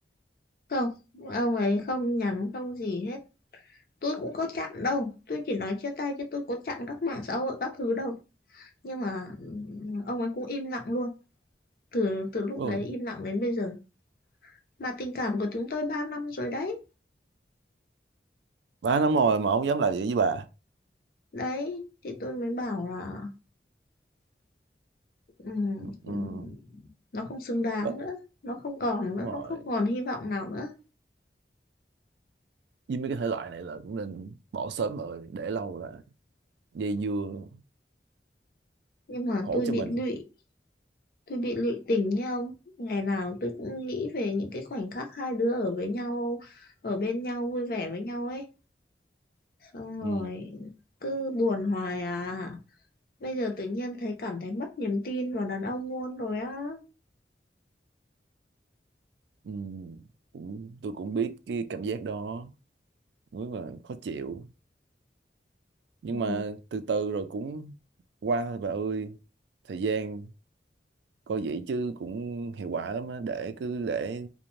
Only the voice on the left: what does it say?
không ông ấy không nhắm không gì hết tôi cũng có chặn đâu tôi chỉ nói chia tay chứ tôi có chặn các mạng xã hội các thứ đâu nhưng mà ừ, ông ấy cũng im lặng luôn từ từ lúc
đấy im lặng đến bây giờ mà tình cảm của chúng tôi ba năm rồi đấy
đấy thì tôi mới bảo là ừm,
ừm, nó không xứng đáng
nữa nó không còn
nữa
không không còn hy vọng nào nữa
nhưng mà
tôi
bị
lụy tôi bị lụy tình nha ông ngày nào tôi cũng nghĩ về những cái khoảnh khắc hai đứa ở với nhau ở bên nhau vui vẻ với nhau ấy xong rồi
cứ buồn hoài à bây giờ tự nhiên thấy cảm thấy mất niềm tin vào đàn ông luôn rồi á
ừ.